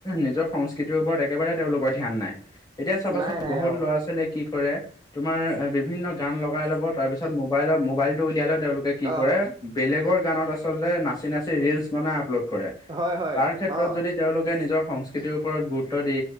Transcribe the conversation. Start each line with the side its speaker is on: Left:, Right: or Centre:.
Left: নিজৰ সংস্কৃতিৰ ওপৰত একেবাৰে তেওঁলোকৰ ধ্যান নাই। এতিয়া চাবাচোন
Right: নাই নাই
Left: বহুত
Right: অ
Left: ল'ৰা ছোৱালীয়ে কি কৰে, তোমাৰ এ বিভিন্ন গান লগাই ল'ব তাৰপিছত মোবাইলত মোবাইলটো উলিয়ালেও তেওঁলোকে কি
Right: অ
Left: কৰে বেলেগৰ গানত আচলতে নাচি নাচি ৰিলচ বানাই আপলোড কৰে।
Right: হয় হয়।
Left: তাৰ ক্ষেত্ৰত
Right: অ
Left: যদি তেওঁলোকে নিজৰ সংস্কৃতিৰ ওপৰত গুৰুত্ব দি